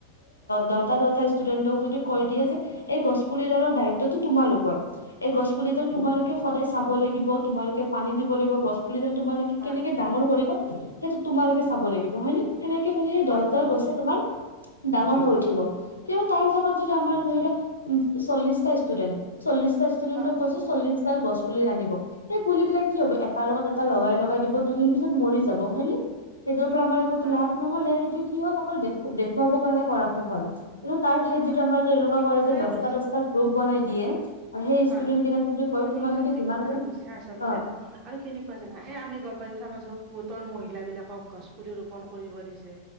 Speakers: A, on the left; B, on the right.
A: দহটা দহটা ষ্টুডেন্টক যদি কৰি দিয়ে যে- এই গছপুলিডালৰ দায়িত্বতো তোমালোকৰ। এই গছ পুলিডাল তোমালোকে সদায় চাব লাগিব, তোমালোকে পানী দিব লাগিব, গছ পুলিডাল তোমালোক-
B: হয়,
A: কেনেকে ডাঙৰ কৰিবা সেইটো তোমালোকে
B: হয়,
A: চাব লাগিব হয় নে? সেনেকে হলেহে
B: হয়,
A: দছডাল
B: হয়,
A: গছে তোমাৰ ডাঙৰ হৈ উঠিব। কিয়, তাৰ জাগাত
B: হয়,
A: যদি আমাৰ ধৰিলোৱা চল্লিশটা ষ্টুডেন্ট চল্লিশটা ষ্টুডেন্ট
B: হয়,
A: ক কৈছে- চল্লিশডাল গছ পুলি আনিব সেই পুলি বিলাক কি
B: হয়,
A: হব এটাৰ লগত এটা লগাই লগাই- দুদিন পিছত মৰি যাব হয় নে, সেইটোৰ পৰা আমাৰ একো
B: হয়,
A: লাভ নহলে সেইটো কি হ'ল- অকল দেখো দেখুৱাব কাৰণে কৰাটো হ'ল কিন্তু তাৰ
B: তুমি
A: ঠাইত
B: একদম
A: যদি আমাৰ এনেকুৱা
B: ঠিক
A: কৰে
B: কথাই
A: যে দহটা
B: কৈছা,
A: দহটা- গ্ৰুপ বনাই দিয়ে আৰু সেই
B: হয়,
A: ষ্টুডেন্ট কেইটাক যদি কয়
B: তুমি
A: তোমালোকে
B: একদম ঠিক
A: যিমান
B: কথা
A: দিন
B: কৈছা আচলতে
A: অ'-
B: আৰু কেনেকুৱা জানা, এ আমি গম পাইছো চাবাছো গোটৰ মহিলা বিলাকক গছ পুলি ৰোপন কৰিব দিছে-